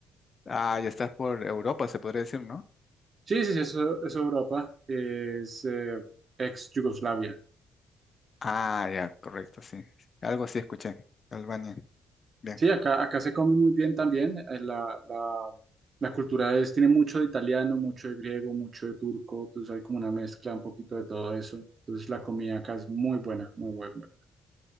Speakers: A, on the left; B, on the right.
A: Ah, ya estás por Europa, se podría decir, ¿no?
B: Sí, sí, sí, eso, eso Europa es eh, ex Yugoslavia.
A: Ah, ya, correcto, sí. Algo así escuché. Albania. Bien.
B: Sí, acá, acá se come muy bien también. eh, La, la, la cultura es, tiene mucho de italiano, mucho de griego, mucho de turco. Entonces hay como una mezcla un poquito de todo eso. Entonces la comida acá es muy buena, muy, muy buena.